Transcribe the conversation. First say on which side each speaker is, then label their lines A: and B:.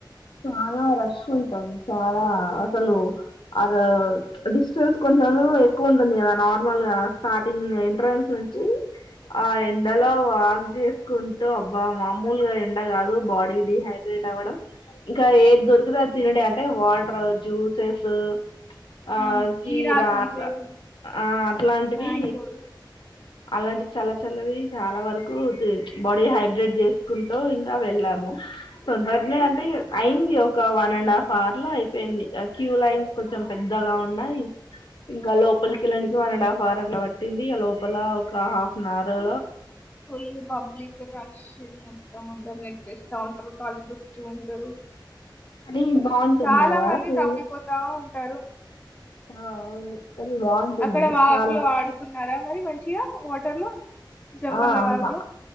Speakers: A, on the left; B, on the left.
A: చాలా రష్ ఉంటది. చాలా అసలు అ డిస్టెన్స్ కొంచెం ఎక్కువ ఉంటుంది కదా. నార్మల్గా స్టార్టింగ్ ఎంట్రెన్స్ నుంచి ఆ ఎండలో
B: ఉమ్.
A: వాక్ చేసుకుంటూ, అబ్బా మామూలుగా ఎండ కాదు బాడీ డిహైడ్రేట్ అవ్వడం. ఇంకా ఏది దొరికితే అ తినుడే అంటే వాటర్, జ్యూసెస్. ఆ
B: అవును
A: అకి
B: కీరా
A: రా
B: సంబేరు
A: అట్లా ఆ అట్లాంటివి
B: మ్యాంగోస్
A: అలాంటి చల్ల చల్లవి చాలా వరకు బాడీ హైడ్రేట్ చేసుకుంటూ ఇంకా వెళ్ళాము తొందరనే అంటే అయింది. ఒక వన్ అండ్ హాఫ్ అవర్ లో అయిపోయింది. క్యూ లైన్స్ కొంచెం పెద్దగా ఉన్నాయి. ఇంకా లోపలి
B: అవును
A: కెల్లనికి వన్ అండ్ హఫ్ అవర్ అట్లా పట్టిం పట్టింది ఆ లోపల ఒక half an hour
B: full public rush మొత్తం అందరు నెట్టేస్తా ఉంటరు కాళ్లు దొక్కుతూ ఉంటరు
A: అది బాగుంటుంది
B: చాలా
A: కదా
B: మంది
A: టూరిస్ట్.
B: తప్పిపోతా ఉంటరు
A: ఆ అవును అది బాగుంటుంది
B: అక్కడ వాగులో
A: చాలా
B: ఆడుకున్నారా మరి మంచిగా వాటర్ లో జంపన్న
A: ఆ అంబా
B: వాగులో